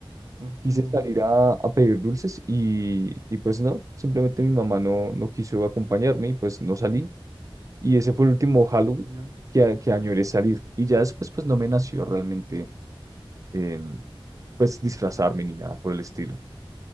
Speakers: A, on the right; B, on the right.
A: ujú.
B: quise salir a, a pedir dulces y, y pues no, simplemente mi mamá no, no quiso acompañarme y pues no salí. Y ese fue el último
A: Oh,
B: Halloween
A: ya.
B: que, a- que añoré salir. Y ya después pues no me nació realmente em, pues disfrazarme ni nada por el estilo.